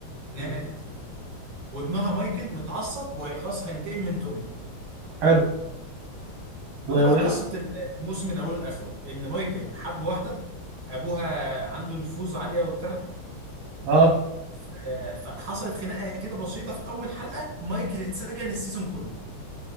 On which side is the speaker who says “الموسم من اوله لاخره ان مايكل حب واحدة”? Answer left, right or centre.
Right